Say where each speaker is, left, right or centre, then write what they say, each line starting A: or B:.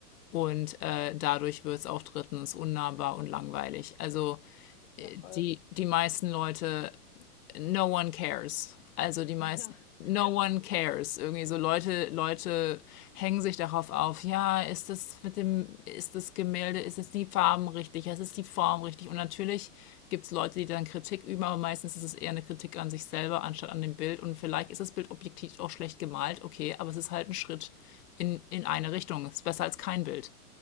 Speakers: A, on the left (about 70°); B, on the left (about 50°).
A: Und äh, dadurch wird's auch drittens unnahbar und langweilig. Also äh,
B: Ja, voll.
A: die, die meisten Leute no one cares. Also die meisten,
B: <laughs> Ja,
A: no one cares. Irgendwie so Leute, Leute hängen sich darauf auf, ja, ist das mit dem, ist das Gemälde, ist es die Farben richtig, ist es die Form richtig? Und natürlich gibt es Leute, die dann Kritik üben, aber meistens ist es eher eine Kritik an sich selber anstatt an dem Bild. Und vielleicht ist das Bild objektiv auch schlecht gemalt, okay, aber es ist halt ein Schritt in, in eine Richtung. Es ist besser als kein Bild.